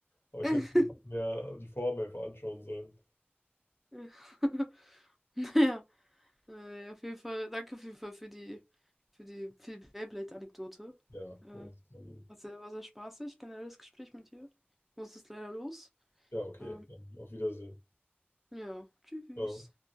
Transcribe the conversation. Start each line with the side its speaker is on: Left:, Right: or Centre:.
Left: Aber
Centre: <laughs>
Left: ich hätte mehr die Form einfach anschauen sollen.
Centre: Ja. <laughs> Naja, äh, auf jeden Fall, danke auf jeden Fall für die, für die, für die Beyblade-Anekdote.
Left: Ja,
Centre: Äh,
Left: das kann ich.
Centre: war sehr, war sehr spaßig, generelles Gespräch mit dir. Ich muss jetzt leider los.
Left: ja, okay,
Centre: Ähm,
Left: dann auf Wiedersehen.
Centre: ja, tschüss.
Left: Ciao.